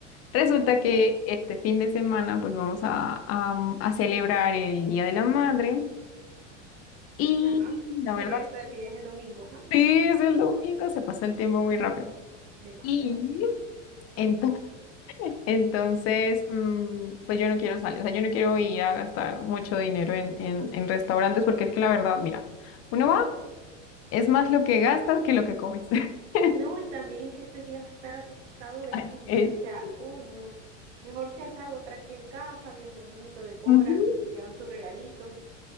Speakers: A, on the left (about 40°); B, on the right (about 65°).
A: Resulta que
B: Ujú.
A: este fin de semana pues vamos a, a, a celebrar el Día de la Madre y
B: Ajá,
A: la
B: sí,
A: verdad
B: verdad
A: es que
B: que ya es el domingo, ja,
A: sí, es el domingo, se pasa el tiempo muy rápido.
B: demasiado.
A: Y entonces. Entonces, mm, pues yo no quiero salir, o sea, yo no quiero ir a gastar mucho dinero en, en, en restaurantes porque es que la verdad, mira, uno va, es más lo que gastas que lo que comes. <laughs>
B: No, y también que ese día va a estar atestado de
A: Ay,
B: gente,
A: Eh,
B: o sea,
A: sí.
B: uy, no. Mejor si haces algo tranqui en casa, bien bonito, decoran,
A: Ujú.
B: llevan sus regalitos.